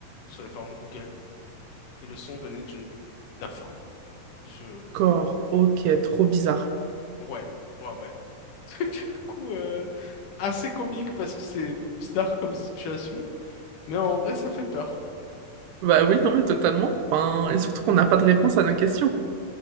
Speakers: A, on the left; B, on the right.
A: sur les formes Google. Et le son venait d'une d'un form. Je...
B: D'accord, ok, trop bizarre.
A: Ouais, ouais, ouais. <laughs> Du coup, euh, assez comique parce que c'est bizarre comme situation, mais en vrai, ça fait peur.
B: Bah oui, non mais totalement. Ben, et surtout qu'on n'a pas de réponse à nos questions.